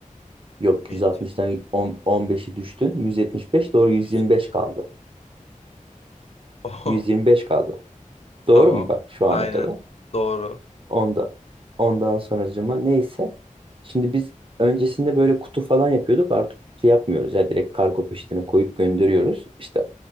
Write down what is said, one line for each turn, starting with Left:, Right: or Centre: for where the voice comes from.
Right: Yok
Left: Met.
Right: 160'tan 10 15'i düştün. 175 doğru 125
Left: 100.
Right: kaldı.
Left: <laughs>
Right: 125
Left: Oh.
Right: kaldı. Doğru
Left: Tamam.
Right: mu bak şu ana
Left: Aynen.
Right: kadar?
Left: Doğru.
Right: Onda, ondan sonracıma neyse. Şimdi biz öncesinde böyle kutu falan yapıyorduk. Artık kutu yapmıyoruz. Ya direkt kargo peşine koyup gönderiyoruz. İşte